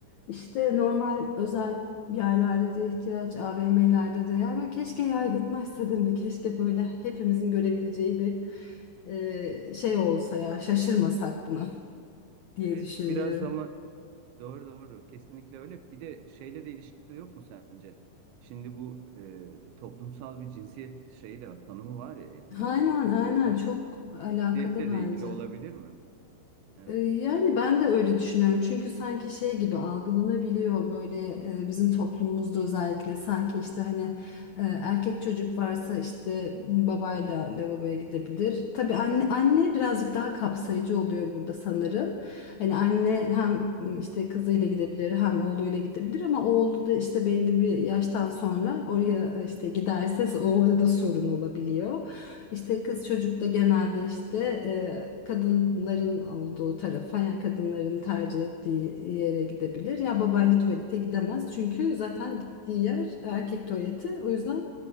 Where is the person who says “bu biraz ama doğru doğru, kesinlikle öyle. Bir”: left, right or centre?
Right